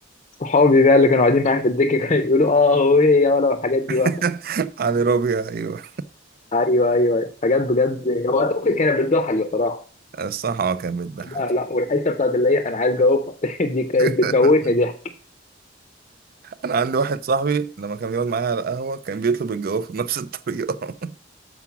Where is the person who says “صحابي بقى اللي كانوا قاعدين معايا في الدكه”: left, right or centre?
Left